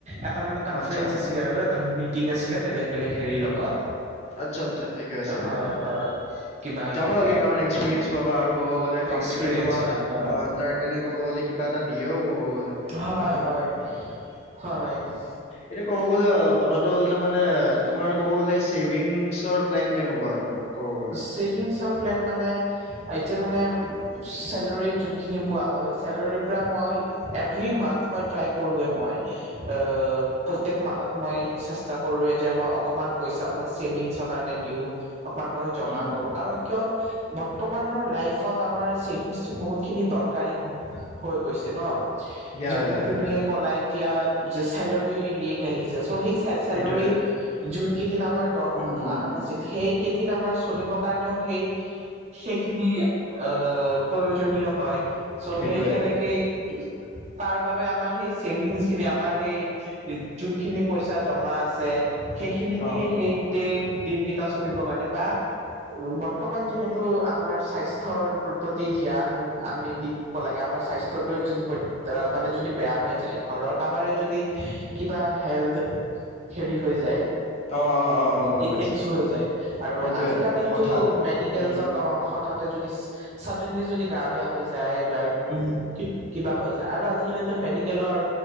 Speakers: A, on the right; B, on the left.
A: এটা মানে কনফ্ৰেৰেঞ্চ
B: আচ্ছা।
A: আছিল আৰু এটা মিটিং আছিলে বেলেগ বেলেগ হেৰিৰ লগত
B: আচ্ছা আচ্ছা ঠিকেই আছে
A: হয়,
B: দিয়া
A: হয় কিবা এনেকুৱা
B: যাব লাগে কাৰণ এক্সপিৰিয়েঞ্চ পাবা আৰু ক'ব গ'লে কম্পেনীয়ে
A: এক্সপিৰিয়েঞ্চ
B: তোমাক
A: হয়, হয়,
B: অ তাৰ কাৰণে ক'ব গ'লে কিবা এটা দিয়েও ক'ব গ'লে
A: হয়,
B: ভাল ক
A: হয়,
B: হয়নি
A: হয়।
B: এতিয়া ক'ব গ'লে কথাটো হ'ল কি মানে তোমাৰ ক'ব গ'লে স্কি ছেভিংছৰ প্লেন কেনেকুৱা তোমাৰ ক'ব গ'লে?
A: ছেভিংছৰ প্লেন মানে এতিয়া মানে চেলৰী যোনখিন পোৱা হয় চেলৰীৰ পৰা মই এভৰি মান্থ মই ট্ৰাই কৰোৱে মই অ প্ৰত্যেক মাহত মই চেষ্টা কৰোৱে যে মই অকমান পইচা মই ছেভিংছত কাৰণে দিওঁ অকমান মই জমা
B: উম,
A: কৰো কাৰণ কিয় বৰ্তমানৰ লাইফত আমাৰ ছেভিংছটো বহুতখিনি দৰকাৰী হৈ হৈ গৈছে ন
B: ইয়া,
A: যেনেকে
B: ইয়া
A: তুমিয়ে
B: সেইটোয়ে,
A: ক'লা এতিয়া যে চেলৰি লেট আহিছে চ' সেই হে চেলৰি
B: সেইটোয়ে।
A: যোন কেইদিন আমাৰ দৰমহাটো
B: উম, উম,
A: আহা
B: উম,
A: নাছিল সেই কেইদিন আমাৰ চলিব কাৰণেও সেই সেইখিনি অহ প্ৰয়োজনীয় হয় চ'
B: সেইটোয়ে।
A: সেই তেনে কেই তাৰ বাবে আমাৰ সেই ছেভিংচ খিনি আমাৰ সেই যোনখিনি পইচা জমা আছে সেইখিনি দিয়ে
B: অ',
A: সেই গোটেই দিনকেইটা চ চলিবৰ কাৰণে বা বৰ্তমান যিহেতু আমাৰ স্বাস্থ্যৰ প্ৰতি ধ্যান আমি দি ব লাগে আমাৰ স্বাস্থ্যটোৱে যদি ক অ মানে যদি বেয়া হৈ যায় ঘৰৰ কাবাৰে যদি কিবা হেল্থ হেৰি হৈ যায়
B: অ', অ', অ', অ', গম
A: কিকেত
B: পাইছো।
A: চ'
B: অ',
A: হৈ যায় আৰু
B: সেইটোয়ে
A: আজিকালিতো
B: হঠাৎ।
A: মেডিকেলছত
B: উম,
A: অ হঠাতে যদি অ চডেনলি যদি গা বেয়া হৈ যাই বাই
B: উম,
A: কি কি কিবা হৈ যায় আৰু আজিকালিতো মেডিকেলৰ